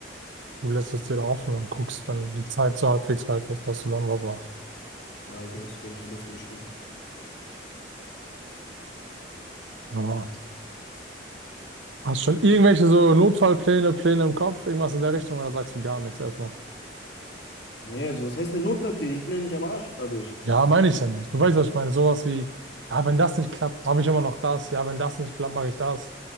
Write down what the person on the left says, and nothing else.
Ja, du hast, du, glaube ich, am besten beschrieben.
Nee, also was heißt der Notfallplan? Ich bin ja nicht am Arsch dadurch.